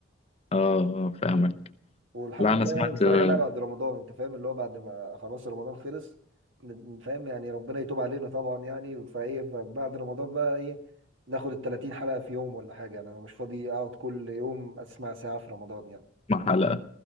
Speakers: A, on the left (about 30°); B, on the right (about 75°).
A: اه اه فاهمك
B: والحمد
A: لا انا
B: لله
A: سمعت
B: يعني بتفرج
A: آه،
B: عليها بعد رمضان انت فاهم اللي هو بعد ما خلاص رمضان خلص ن- فاهم يعني ربنا يتوب علينا طبعا يعني فايه فبعد رمضان بقى ايه ناخد ال 30 حلقة في يوم ولا حاجة يعني انا مش فاضي اقعد كل يوم اسمع ساعة في رمضان يعني
A: مع حلقة